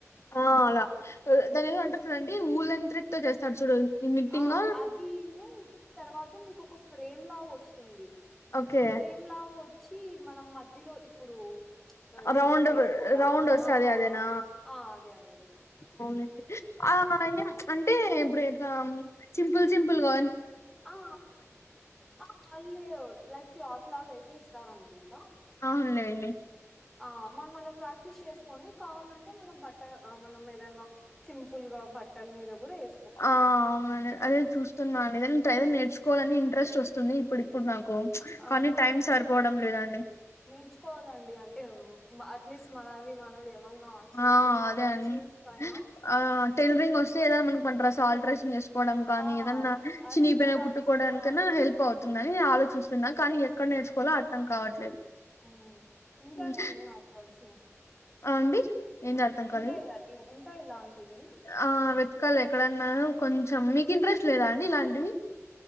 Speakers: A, on the left; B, in the centre.
A: ఆ అలా దానేదో అంటారు చూడండి ఊళ్ళంత్రేడ్ చేస్తారు చూడు నిట్టింగ్
B: ఆ అదీను తర్వాత మీకో ఒక ఫ్రేమ్లాగా ఒస్తుంది
A: ఓకే
B: ఫ్రేమ్లాగా వచ్చి మనం మధ్యలో ఇప్పుడు డిజైన్
A: రౌండ్
B: చేస్కోవడానికి
A: రౌండ్ వస్తది
B: ఆ ఆ
A: అదేనా
B: ఆ అదే అండి
A: అవునండి ఆ ఏం అంటే ఇప్పుడేట్లా సింపుల్ సింపుల్గా
B: ఆ ఆ వాళ్ళే లైక్ క్లాత్లాగైతే ఇస్తారనుకుంటా
A: అవును లేండి
B: ఆ మనమల ప్రాక్టీస్ చేస్కొని కావాలంటే మనం బట్ట మనం ఏదన్నా సింపుల్గా బట్టల మీద కూడా వే
A: ఆ అవునండీ అదే చూ స్తున్నా అదేను టైలర్ నేర్చుకోవాలని ఇంట్రెస్ట్ ఒస్తుంది ఇప్పుడిప్పుడు నాకు చ్
B: అవునండి
A: కానీ టైం సరిపోవడం లేదండి
B: నేర్చుకోవాలండి అంటే అట్లీస్ట్ మనది మనది ఏమన్నా చిన్న
A: ఆ
B: చిన్న
A: అదే
B: స్టెచింగ్స్
A: అండి
B: కైనా
A: ఆ టైలరింగ్ వస్తే ఏదన్నా మనక్ మన డ్రేస్ ఆల్ట్రేషన్ చేస్ కోవడం కానీ
B: ఆ
A: ఏదన్నా
B: ఆ
A: చినిగిపోయినవి
B: చిన్నదానికి
A: కుట్టుకోవడానికన్నా
B: కూడా
A: హెల్ప్ పౌతుందని నేనాలోచిస్తున్నా, కానీ ఎక్కడ నేర్చుకోవాలో అర్థం కావట్లేదు.
B: ఉమ్ ఉంటానండి
A: హ్మ్.
B: నాకు కొంచెం
A: అండి ఏంది అర్థం
B: ఉంటాయా
A: కాలేదు
B: ఇ ఉంటాయిలాంటివి,
A: ఆ వెత్కాలే ఎక్కడన్నా కొంచెం మీకు ఇంట్రెస్ట్ లేదా అండి ఇలాంటివి,